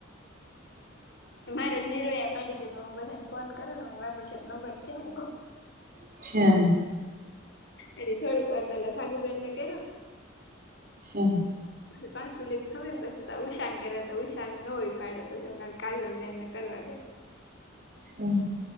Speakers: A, on the left; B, on the right.
A: મારે ઝીરો એ પડી છે તો હું બધાને ફોન કરો હ માર પછી નંબર છે મક
B: અચ્છા
A: અને થોડીક વાર પેલા સાગુબેનને કર્યો
B: હા
A: <inaudible> પાંચ મિનિટ થમે ને પછી ઉશાન કર્યા તો ઉશા નો ઉપાડ્યો પછી હ કા કાજલ બેનને કરવા દે
B: હમ